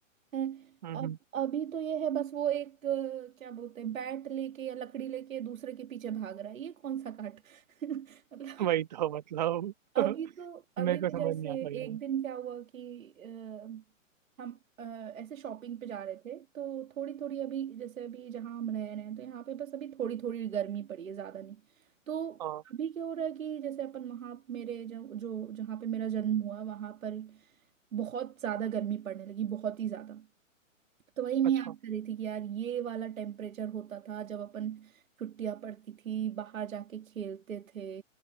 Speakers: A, on the right (about 80°); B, on the right (about 30°).
A: है
B: हम्म,
A: अब
B: हम्म,
A: अभी तो ये है बस वो एक अ, क्या बोलते हैं बैट लेके या लकड़ी लेके दूसरे के पीछे भाग रहा है ये कौन सा काट <laughs> मतलब
B: <laughs> वही तो मतलब
A: अभी
B: <laughs>
A: तो अभी
B: मेरे को
A: तो
B: समझ
A: जैसे
B: नहीं आता ये लोग
A: एक दिन क्या हुआ कि अ, हम अ, ऐसे शॉपिंग पे जा रहे थे तो थोड़ी थोड़ी अभी जैसे अभी जहाँ हम रह रहे हैं तो यहाँ पे बस अभी थोड़ी थोड़ी गर्मी पड़ी है ज़्यादा नहीं तो
B: हाँ
A: अभी क्या हो रहा है कि जैसे अपन वहाँ मेरे जो जो जहाँ पे मेरा जन्म हुआ वहाँ पर बहुत ज़्यादा गर्मी पड़ने लगी बहुत ही ज़्यादा तो वही मैं
B: अच्छा
A: याद कर रही थी कि यार ये वाला टेम्परेचर होता था जब अपन छुट्टियाँ पड़ती थी बाहर जाके खेलते थे